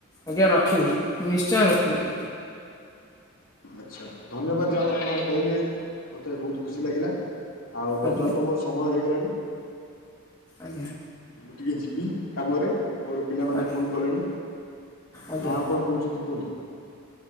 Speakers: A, on the left; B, on the left.
A: ଆଜ୍ଞା ରଖିବି ନିଶ୍ଚୟ ରଖିବି।
B: ଆଚ୍ଛା ଧନ୍ୟବାଦ ଯାହା ହଉ ଆପଣ କହିଲେ ମତେ ବହୁତ ଖୁସି ଲାଗିଲା। ଆଉ ବର୍ତ୍ତମାନ
A: ଆଜ୍ଞା
B: ତ ମୋର ସମୟ ହେଇଗଲାଣି।
A: ଆଜ୍ଞା।
B: ଟିକଏ ଯିବି କାମରେ ମୋର ପିଲାମାନେ
A: ଆଜ୍ଞା
B: ଫୋନ କଲେଣି
A: ଆଜ୍ଞା
B: ନା ଆଉ କଣ? କହୁଛନ୍ତି ପୋଡ଼ି।